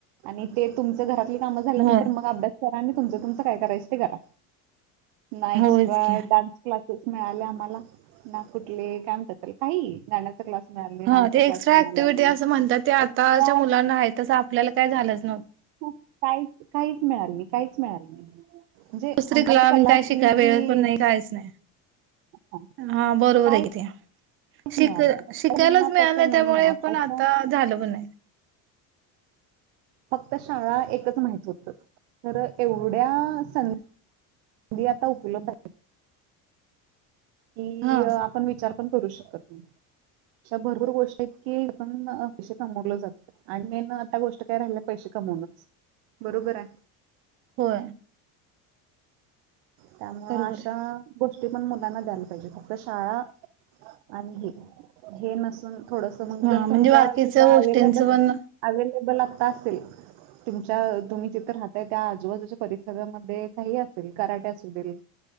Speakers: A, on the right; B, on the right.
A: आणि ते तुमचं घरातली कामं झाल्यानंतर,
B: होय
A: मंग अभ्यास करा अणि तुमचं-तुमचं काय करायचं, ते करा, ना एक्स्ट्रा
B: होयच की
A: डान् क्लासेस मिळाले आम्हाला, ना कुठले, काय म्हणतात त्याला, काही गाण्याचा क्लास मिळाला नाही
B: हं
A: डान्सचा
B: ते
A: क्लास
B: एक्स्ट्रा
A: मिळाला
B: ऍक्टिव्हिटी
A: नाही
B: असं म्हणतात, ते आताच्या
A: एक्स्ट्रा
B: मुलांना आहे, तसं आपल्याला काय झालंच नवतं.
A: हु काहीच-काहीच मिळाल नही, काहीच मिळाली
B: <unintelligible>
A: नाही म्हणजे अंगात कला
B: काय
A: असली
B: शिकाय वेळ
A: की
B: पण नही, काहीच नाही.
A: हा,
B: हां, बरोबर
A: काहीच
B: य कि त्यां. शिक-शिकायलाच
A: मिळालं नाही तर मुलांना
B: मिळालं,
A: तसं नाहीये
B: त्यामुळे
A: आताच्या
B: पण आता झालं पन नाय.
A: फक्त शाळा, एकच माहित होत, तर एवढ्या सं
B: <unintelligible> <inaudible>
A: धी आता उपलब्ध हाय. की
B: हा
A: अ आपण विचार पण, करू शकत नही. अशा भरपूर गोष्टी आहेत की, पण पैशे कमवलं जात. आणि मेन आता गोष्ट काय राहिल्या, पैशे कमवनच, बरोबराय.
B: होय.
A: त्यामुळ
B: बरोबर
A: अशा
B: आहे
A: गोष्टी पण मुलांना द्यायला पाहिजे, फक्त शाळा आणि हे, हे नसून थोडंसं, मंग जर
B: हा म्हणजे
A: तुमच्या
B: बाकीच्या
A: तिथं
B: गोष्टींच
A: अवेलेबल
B: पण
A: अवेलेबल आता असेल तुमच्या अ तुम्ही तीथ राहताय, त्या आजूबाजूच्या परिसरामध्ये काही असेल, कराटे असू दे.